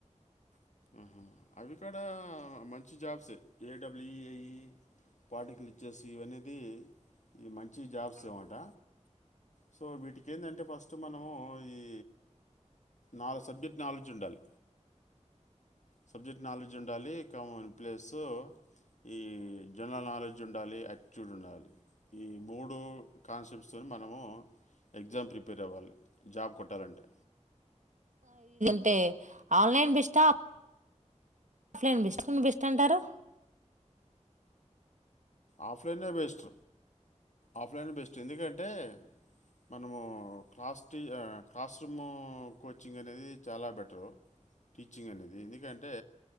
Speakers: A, on the left; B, on the right.
A: ఉహూ అవి కూడా మంచి జాబ్సే ఏడబ్ల్యూఏఈ పాటికలు ఇచ్చేసి ఇవనేది ఈ మంచి జాబ్స్
B: <unintelligible>
A: అనమాట సో వీటికి ఏంటంటే ఫస్ట్ మనము ఈ నాలుగు సబ్జెక్ట్ నాలెడ్జ్ ఉండాలి, సబ్జెక్ట్ నాలెడ్జ్ ఉండాలి. ఇకా ప్లేసు ఈ జనరల్ నాలెడ్జ్ ఉండాలి చూడుండాలి. ఈ మూడు కాన్సెప్త్స్ తో మనము ఎగ్జామ్ ప్రిపేర్ అవ్వాలి, జాబ్ కొట్టాలంటే
B: ఇదంటే ఆన్లైన్ బెస్ట్ ఆ ఆఫ్లైన్ బెస్ట్ బెస్ట్ అంటారు
A: ఆఫ్లైన్ నే బెస్ట్ ఆఫ్లైన్ నే బెస్ట్ ఎందుకంటే, మనము క్లాస్ టీ కస్ <unintelligible> కోచింగ్ అనేది చాల బెటరు టీచింగ్ అనేది ఎందుకంటే